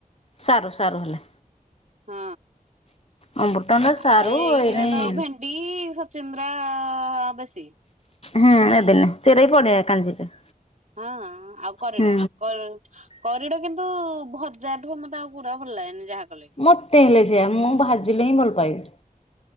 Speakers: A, on the left (about 45°); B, on the right (about 55°).
A: ସାରୁ ସାରୁ ହେଲା।
B: ହଁ
A: ଅମୃତଭଣ୍ଡା ସାରୁ
B: ଆଉ ଏଇ
A: ଏଇରା
B: ଦିନେ
A: ହୁଁ
B: ତ ଭେନ୍ ଡି ସଚିନ୍ଦ୍ରା ବେଶୀ।
A: ହେଁ ଏବେ ନୁହଁ ସେଇରା ବି ପଡେ କାଞ୍ଜିରେ।
B: ହଁ ଆଉ କରିଡ
A: ହୁଁ
B: କର୍ କରିଡ କିନ୍ତୁ ଭଜାଠୁ ମତେ ଆଉ ପୁରା ଭଲ ଲାଗେନି ଯାହା କଲେ ବି।
A: ମୋତେ ହେଲେ ସେଇଆ ମୁଁ ଭାଜିଲେ ହିଁ ଭଲପାଏ।